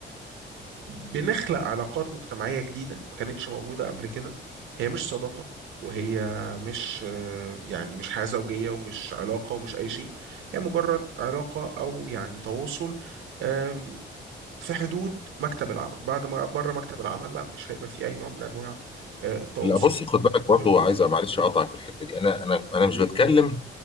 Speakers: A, on the right; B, on the left.
A: بنخلق علاقات مجتمعية جديدة ما كانتش موجودة قبل كده هي مش صداقة وهي مش آه، يعني مش حياة زوجية ومش علاقة ومش أي شيء هي مجرد علاقة أو يعني تواصل آم، في حدود مكتب العمل بعد ما بره مكتب العمل لا مش هيبقى في أي نوع من أنواع آه، التواصل
B: لا بص خد بالك برضو
A: مهم.
B: عايز معلش اقطعك في الحته دي انا انا انا مش بتكلم